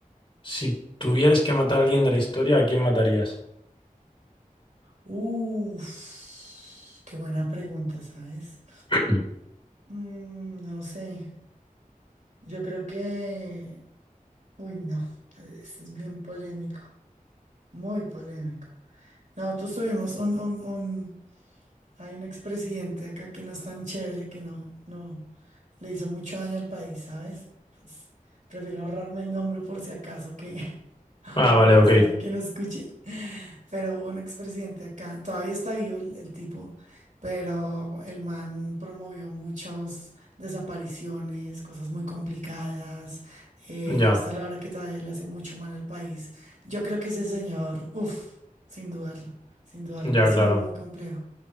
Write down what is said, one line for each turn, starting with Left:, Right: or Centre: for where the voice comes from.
Left: si tuvieras que matar a alguien de la historia, ¿a quién matarías?
Right: Uf, qué buena pregunta, ¿sabes?
Left: <clears throat>
Right: Mm, no sé. Yo creo que... Uy, no. Esto es bien polémico. Muy polémico. Nosotros tuvimos un, un, un- Hay un expresidente acá que no es tan chévere, que no, no le hizo mucho daño al país, ¿sabes? Pues prefiero ahorrarme el nombre por si acaso que <laughs>
Left: Ah,
Right: uno
Left: vale,
Right: no
Left: ok.
Right: sabe que no escuche. Pero hubo un expresidente acá, todavía está vivo el, el tipo, pero el man promovió muchas desapariciones, cosas muy complicadas. eh,
Left: Ya,
Right: hasta la hora que todavía le hace mucho mal al país. Yo creo que ese señor, uff, sin dudarlo, sin dudarlo,
Left: ya,
Right: ha sido
Left: claro.
Right: muy complejo.